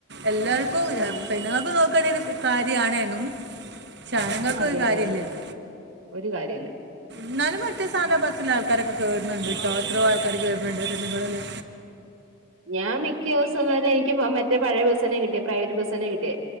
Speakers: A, on the right; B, on the right.
A: എല്ലാർക്കും
B: ആഹ്
A: പെണ്ണുങ്ങൾക്ക് നോക്കാണേ ഒരു കാര്യണേനു ആണ്ങ്ങൾക്ക്
B: അതെ
A: ഒരു
B: അതെ
A: കാര്യല്ലേനു
B: അതെ ഒരു കാര്യല്ല
A: ന്നാലും മറ്റേ സാധാ ബസ്സിൽ ആൾക്കാരൊക്കെ കേറുന്ന്ണ്ട്ട്ടോ എത്രയോ ആൾക്കാര് കേറുന്നുണ്ട് പെണ്ണ്ങ്ങളന്നെ
B: ഞാൻ മിക്ക ദിവസം തന്നെ എനിക്ക് മറ്റേ പഴയ ബസ്സിനെ കിട്ടിയേ പ്രൈവറ്റ് ബസ്സിനെ കിട്ടിയേ